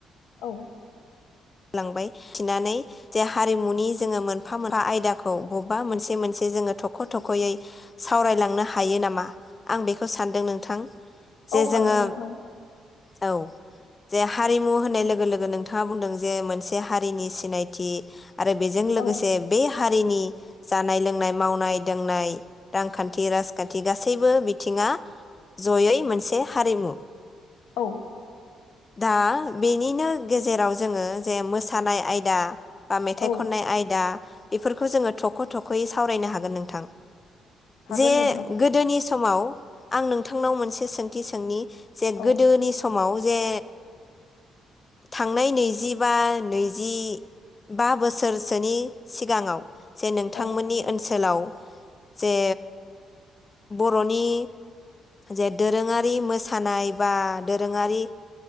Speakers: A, on the left (about 85°); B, on the left (about 30°).
A: औ
B: लांबाय थिनानै जे हारिमुनि जोङो मोनफा मोनफा आयदाखौ बबबा मोनसे मोनसे जोङो थख' थख'यै सावरायलांनो हायो नामा आं बेखौ सानदों नोंथां। जे
A: औ
B: जोङो
A: हागोन नोंथां।
B: औ जे हारिमु होननाय लोगो लोगो नोंथाङा बुंदों जे मोनसे हारिनि सिनायथि आरो बेजों लोगोसे
A: औ
B: बे हारिनि जानाय लोंनाय मावनाय दांनाय रांखान्थि राजखान्थि गासैबो बिथिङा जयै मोनसे हारिमु।
A: औ
B: दा बेनिनो गेजेराव जोङो जे मोसानाय आयदा बा मेथाइ
A: औ
B: खननाय आयदा बेफोरखौ जोङो थख' थख'यै सावरायनो हागोन नोंथां।
A: हागोन
B: जे
A: नोंथां
B: गोदोनि समाव आं नोंथांनाव मोनसे सोंथि सोंनि जे
A: औ
B: गोदोनि समाव जे थांनाय नैजिबा नैजि बा बोसोरसोनि सिगाङाव जे नोंथांमोननि
A: औ
B: ओनसो सोलाव जे बर'नि जे दोरोङारि मोसानाय बा दोरोङारि